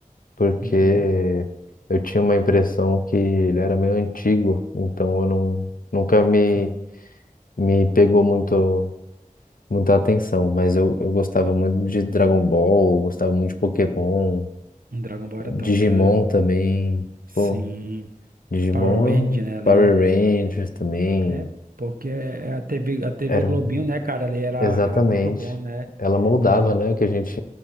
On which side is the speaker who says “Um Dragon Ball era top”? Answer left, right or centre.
Right